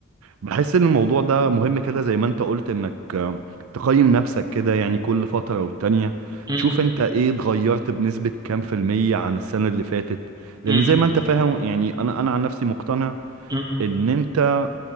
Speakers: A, on the right (about 85°); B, on the right (about 20°).
A: بحس ان الموضوع ده مهم كده زي ما انت قلت انك آه، تقيم نفسك كده يعني كل فترة والتانية
B: م-
A: تشوف انت ايه اتغيرت بنسبة كام في المية عن السنة اللي فاتت لان
B: م-
A: زي ما انت فاهم يعني انا انا عن نفسي مقتنع
B: م-
A: ان انت